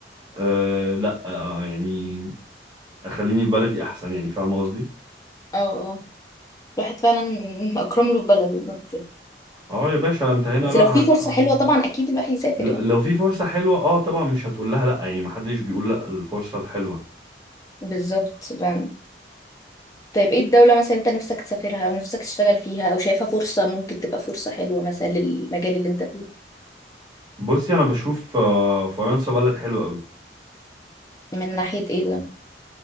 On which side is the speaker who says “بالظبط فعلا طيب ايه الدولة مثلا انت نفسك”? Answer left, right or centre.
Left